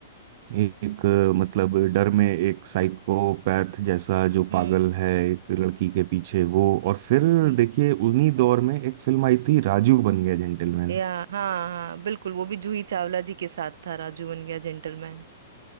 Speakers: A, on the right; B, on the right.
A: एक अ, मतलब डर में एक साइकोपैथ जैसा जो
B: हम्म
A: पागल है एक लड़की के पीछे वो और फिर
B: जी
A: देखिए उन्हीं दौर में एक फिल्म आई थी राजू बन गया जेंटलमैन
B: या हाँ हाँ बिल्कुल वो भी जूही चावला जी के साथ था राजू बन गया जेंटलमैन